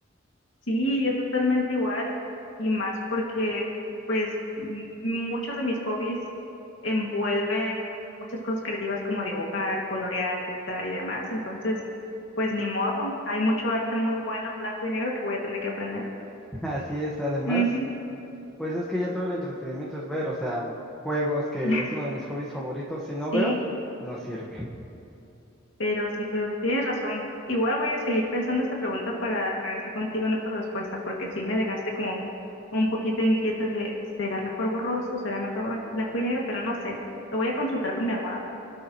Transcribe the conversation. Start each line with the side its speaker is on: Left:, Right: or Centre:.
Left: Sí, yo totalmente igual y más porque pues m- muchos de mis hobbies envuelven muchas cosas creativas como dibujar, colorear, pintar y demás. Entonces, pues ni modo, hay mucho arte muy bueno en blanco y negro que voy a tener que aprender.
Centre: <laughs> Así es, además,
Left: Ujú.
Centre: pues es que ya todo el entretenimiento es ver, o sea, juegos, que
Left: <laughs>
Centre: es uno de mis hobbies favoritos, si no
Left: Sí,
Centre: veo, no sirve.
Left: Pero sí, pero tienes razón. Igual voy a seguir pensando esta pregunta para regresar contigo en otra respuesta, porque sí me dejaste como un, un poquito inquieta de, ¿será mejor borroso? ¿Será mejor blan- blanco y negro? Pero no sé. Lo voy a consultar con mi almohada.